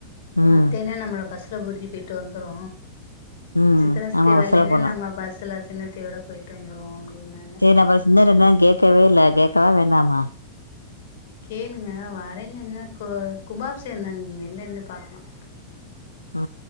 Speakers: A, on the left; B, on the left.
A: ம்
B: அத்தைனா நம்மள பஸ் ட்டு கூட்டிட்டு போயிட்டு வந்துரு
A: ம்
B: சித்ரா சித்தி
A: ஆமா
B: வர்லைன்னா
A: பஸ்ல போலா
B: நம்ம பஸ்ஸல சின்னத்தையோட போயிட்டு வந்துருவோம் அப்டின்னாக
A: என்னப்பா சுந்தரோ கேக்கவே இல்ல கேக்கவா வேண்டாமா
B: கேளுங்க வரெஞ் சொன்னாகோ கும்பாபிஷேகம் தான அண்ணி வெளில நின்னு பார்க்கலாம்
A: ஆ